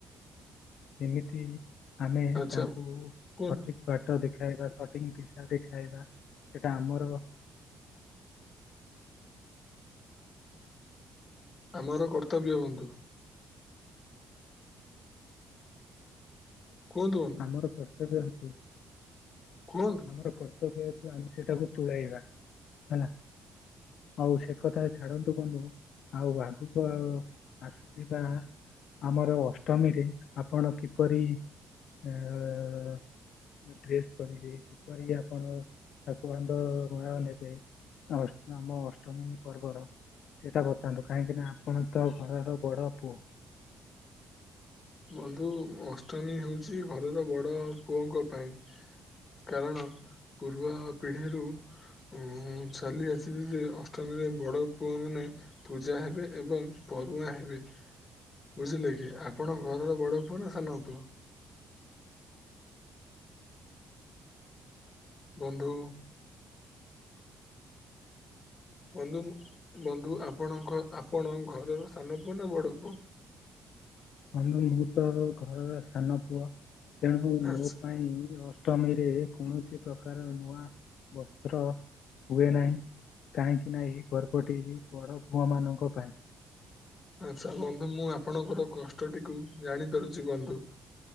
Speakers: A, on the left; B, on the left.
A: କେମିତି ଆମେ
B: ଆଚ୍ଛା
A: ତାଙ୍କୁ
B: କୁହନ୍ତୁ
A: ସଠିକ୍ ବାଟ ଦେଖାଇବା ସଟିଙ୍ଗ ଦିସା ଦେଖାଇବା ସେଟା ଆମର।
B: ଆମର କର୍ତ୍ତବ୍ୟ ବନ୍ଧୁ। କୁହନ୍ତୁ ବନ୍ଧୁ
A: ଆମର କର୍ତ୍ତବ୍ୟ ହେତୁ।
B: କୁହନ୍ତୁ।
A: ଆମର କର୍ତ୍ତବ୍ୟ ହେତୁ ଆମେ ସେଟାକୁ ତୁଳାଇବା ହେଲା। ହଉ ସେକଥା ଛାଡନ୍ତୁ ବନ୍ଧୁ। ଆଉ ଆଗୁକୁ ଆସୁଥିବା। ଆମର ଅଷ୍ଟମୀରେ ଆପଣ କିପରି ଅ ଡ୍ରେସ୍ କରିବେ କିପରି ଆପଣ ତାକୁ ଆଣ୍ଡ ଅଣା ନେବେ। ଅଷ୍ଟ ଆମ ଅଷ୍ଟମୀ ପର୍ବର। ସେଇଟା ବତାନ୍ତୁ କାହିଁକି ନା ଆପଣ ତ ଘରର ବଡ ପୁଅ।
B: ବନ୍ଧୁ ଅଷ୍ଟମୀ ହଉଚି ଘରର ବଡ ପୁଅଙ୍କ ପାଇଁ। କାରଣ ପୂର୍ବ ପିଢ଼ିରୁ। ଉଁ ଚାଲି ଆସିଚି ଯେ ଅଷ୍ଟମୀରେ ବଡ଼ ପୁଅମାନେ। ପୂଜା ହେବେ ଏବଂ ପରୁହାଁ ହେବେ ବୁଝିଲେ କି ଆ ଆପଣ ଘରର ବଡ଼ ପୁଅ ନା ସାନ ପୁଅ? ବନ୍ଧୁ। ବନ୍ଧୁ ମୁଁ ବନ୍ଧୁ ଆପଣଙ୍କ ଆପଣ ଘରର ସାନ ପୁଅ ନା ବଡ଼ ପୁଅ?
A: ବନ୍ଧୁ ମୁଁ ତ ଘରର ସାନ ପୁଅ ତେଣୁ
B: ଆଚ୍ଛା
A: ମୋ ପାଇଁ ଅ ଟମୀରେ କୌଣସି ପ୍ରକାର ନୂଆ ବସ୍ତ୍ର। ହୁଏ ନାହିଁ କାହିଁକି ନା ଏହି ପର୍ବଟି ବଡ ପୁଅ ମାନଙ୍କ ପାଇଁ।
B: ଆଚ୍ଛା ବନ୍ଧୁ ମୁଁ ଆପଣଙ୍କର କଷ୍ଟଟିକୁ ଜାଣି ପାରୁଚି ବନ୍ଧୁ।